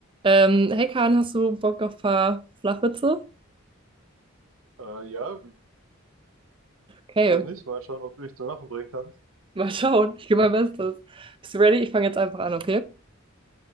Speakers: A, on the right; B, on the right.
A: Ähm, hey Kahn, hast du Bock auf ein paar Flachwitze?
B: Äh, ja,
A: Okay,
B: wieso nicht? Mal schauen, ob du mich zum Lachen bringen kannst.
A: mal schauen. Ich gebe mein Bestes. Bist du ready? Ich fange jetzt einfach an, okay?